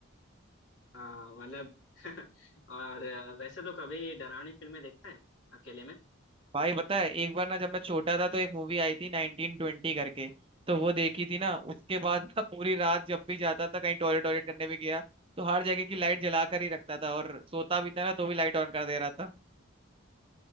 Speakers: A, on the left; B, on the right.
A: हाँ मतलब <laughs> और अ, वैसे तो कभी डरावनी फिल्में देखते हैं अकेले में
B: भाई पता है एक बार ना जब मैं छोटा था तो एक मूवी आई थी नाइनटीन ट्वेंटी करके तो वो देखी थी ना उसके बाद ना पूरी रात जब भी जाता था कहीं टॉयलेट टॉयलेट करने भी गया तो हर जगह की लाइट जला कर ही रखता था और सोता भी था ना तो भी लाइट ऑन कर दे रहा था